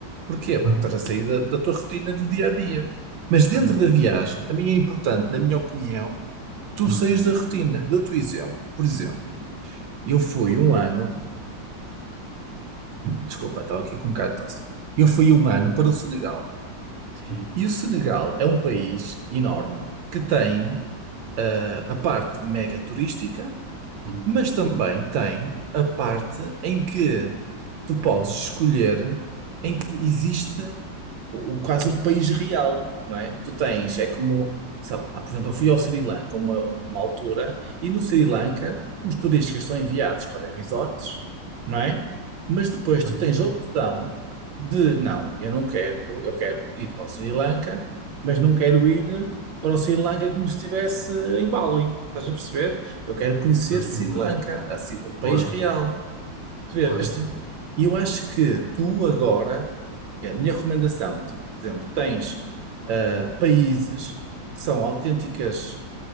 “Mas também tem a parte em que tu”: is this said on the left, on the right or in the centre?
Right